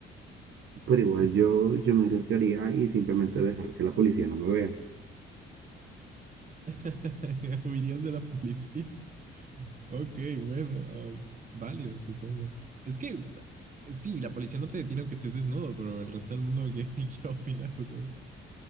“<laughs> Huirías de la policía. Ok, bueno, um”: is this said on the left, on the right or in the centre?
Right